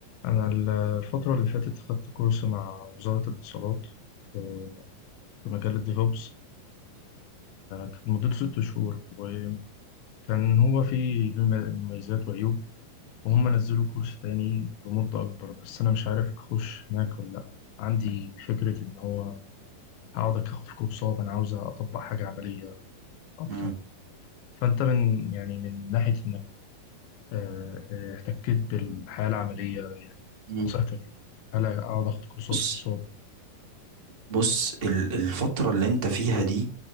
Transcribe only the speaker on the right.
مم.
مم.
بص
بص ال- الفترة اللي انت فيها دي